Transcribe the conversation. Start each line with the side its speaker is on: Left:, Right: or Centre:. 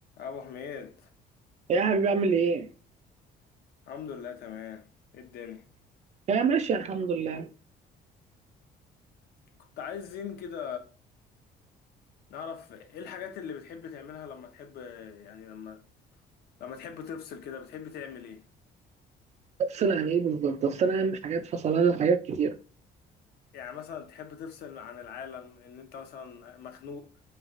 Left: ابو حميد
Right: يا حبيبي اعمل ايه؟
Left: الحمد لله تمام ايه الدنيا
Right: يا ماشي الحمد لله
Left: كنت عايزين كده نعرف ايه الحاجات اللي بتحب تعملها لما تحب يعني لما لما تحب تفصل كده بتحب تعمل ايه
Right: تفصيل عن ايه بالظبط؟ تفصيل عن حاجات فصلان عن حاجات كتير
Left: يعني مثلا تحب تفصل عن العالم ان انت مثلا مخنوق